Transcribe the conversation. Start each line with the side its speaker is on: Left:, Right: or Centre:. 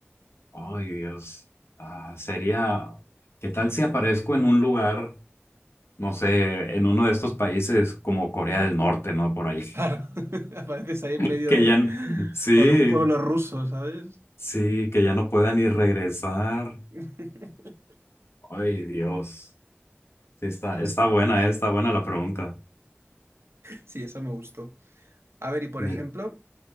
Left: Ay, Dios. Ah, sería. ¿Qué tal si aparezco en un lugar, no sé, en uno de estos países como Corea del Norte, ¿no? Por ahí.
Right: Claro, <laughs> apareces ahí en
Left: <laughs>
Right: medio
Left: Que
Right: de...
Left: ya. n- Sí,
Right: o de un pueblo ruso, ¿sabes?
Left: sí, que ya no pueda ni regresar.
Right: <laughs>
Left: Ay, Dios. Sí, está,
Right: Pues
Left: está
Right: Sí,
Left: buena, eh, está buena la pregunta.
Right: sí, esa me gustó. A ver, y por
Left: Me-
Right: ejemplo,